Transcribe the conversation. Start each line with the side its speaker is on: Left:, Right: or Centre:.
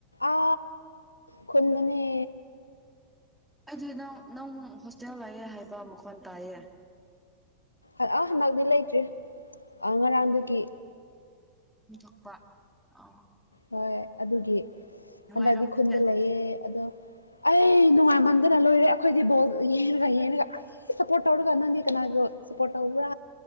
Left: ꯑ ꯀꯨꯟꯗꯅꯦ
Centre: ꯑꯩꯗꯤ ꯅꯪ ꯅꯪ ꯍꯣꯁꯇꯦꯜ ꯂꯥꯛꯑꯦ ꯍꯥꯏꯕ ꯃꯈꯣꯟ ꯇꯥꯏꯌꯦ
Left: ꯑꯥ ꯍꯟꯗꯛꯇꯤ ꯂꯩꯇ꯭ꯔꯤ ꯑ ꯉꯔꯥꯡꯗꯨꯒꯤ
Centre: ꯊꯣꯛꯄ ꯑ
Left: ꯍꯣꯏ ꯑꯗꯨꯒꯤ
Centre: ꯅꯨꯡꯉꯥꯏꯔꯝꯒꯅꯤ
Left: ꯍꯟꯗꯛꯤ ꯈꯨꯟꯗ
Centre: ꯑꯗꯨꯗꯤ
Left: ꯂꯩꯌꯦ ꯑꯗꯣ ꯑꯩꯅꯨꯡ ꯃꯥꯏꯃꯟꯗꯅ ꯂꯣꯏꯔꯦ ꯑꯩꯈꯣꯏꯗꯤ ꯕꯣꯜ ꯌꯦꯟꯒ ꯌꯦꯟꯉꯒ ꯁꯄꯣꯔꯠ ꯑꯣꯎ꯭ꯔꯒ ꯑꯅꯣꯗꯤ ꯀꯅꯥꯒ ꯁꯄꯣꯔꯠ ꯑꯣꯎ꯭ꯔꯥ